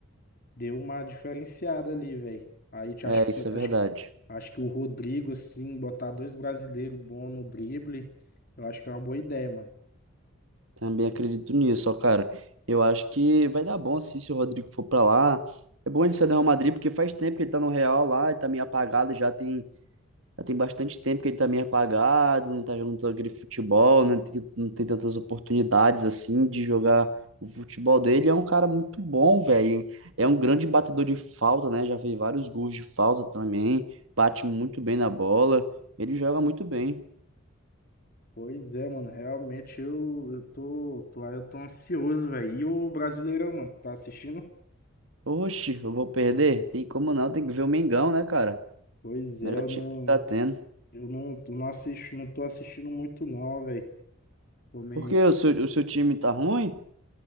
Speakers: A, on the left (about 45°); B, on the right (about 65°).
A: deu uma diferenciada ali, velho. Aí te-
B: É,
A: acho que,
B: isso é
A: acho,
B: verdade.
A: acho que o Rodrigo, assim, botar dois brasileiros bons no drible, eu acho que é uma boa ideia, mano.
B: Também acredito nisso, ó, cara. Eu acho que vai dar bom assim, se o Rodrigo for pra lá. É bom ele ser do Real Madrid, porque faz tempo que ele tá no Real lá, ele tá meio apagado, já tem, já tem bastante tempo que ele tá meio apagado, não tá jogando todo aquele futebol, né? Não tem, não tem tantas oportunidades assim de jogar o futebol dele. É um cara muito bom, velho. É um grande batedor de falta, né? Já fez vários gols de falta também, bate muito bem na bola, ele joga muito bem.
A: Pois é, mano. Realmente eu, eu tô, tô, eu tô ansioso, velho. E o Brasileirão, mano, tá assistindo?
B: Oxe, eu vou perder? Tem como não, tem que ver o Mengão, né, cara?
A: Pois
B: Melhor
A: é, eu
B: time
A: não,
B: que tá tendo.
A: eu não, eu não assisto, não tô assistindo muito, não, velho. Tô meio.
B: Porque o seu, o seu time tá ruim?